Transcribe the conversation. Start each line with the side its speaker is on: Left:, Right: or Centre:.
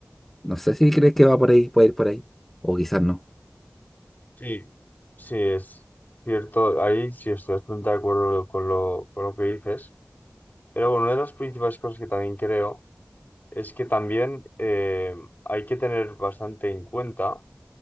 Centre: no sé si crees que va por ahí, puede ir por ahí, o quizás no,
Left: Sí, Sí, es cierto, ahí sí estoy bastante de acuerdo con lo, con lo que dices, pero bueno, una de las principales cosas que también creo Es que también eh, hay que tener bastante en cuenta,